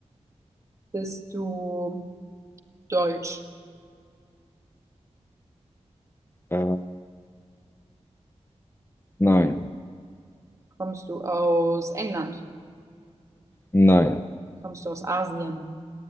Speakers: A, on the right; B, on the left.
A: Bist du deutsch?
B: Äh, nein.
A: Kommst du aus England?
B: Nein.
A: Kommst du aus Asien?